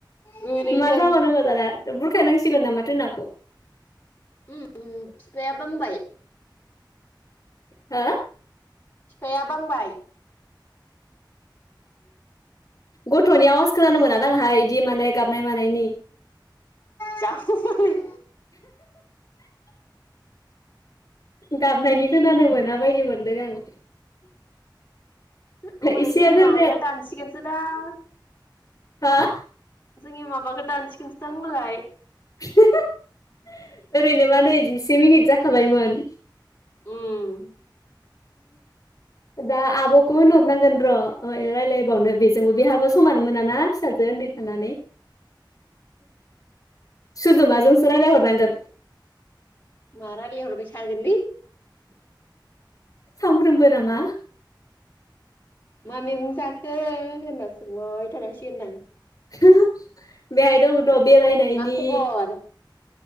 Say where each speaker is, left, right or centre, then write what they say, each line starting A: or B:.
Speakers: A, on the left; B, on the left.
A: गोलैदों।
B: मा जाबाव नांगौ दाना बुर हो खानांसिगोन नामाथो नाखौ
A: उम उम फिफाया बामबाय
B: हा
A: फिफाया बांबाय
B: गथनि आवाज खोनानो मोना दांहाय इदि माने गाबनाय मानायनि
A: जाव <inaudible>
B: गाबनायनि खोनानो मोनाबायदिमोन दों आं
A: होमबालाय
B: एसेया
A: जोंनि
B: जेबो
A: माबाखौ दानसिगोनसो दां
B: हो
A: जोंनि माबाखौ दानसिगोनसो दां होमबालाय
B: <unintelligible> ओरैनोबा नै जिस से मिनिट जाखाबायमोन
A: उम
B: दा आबखौ होनहरनांगोन र' रायलायबावनो बेजोंबो बेहाबो समानो मोना ना फिसाजो ओन्दै थानानै सुजुमाजोंसो रायलायहरनांगोन
A: मा रालायहरबाय थागोनलै
B: सामफ्रोमबो नामा
A: मा मेगंजा खो हो होनना सोंहरबाय थानांसिगोनदां
B: हो हो बेहाय दं बेरायनायनि
A: मा खबर?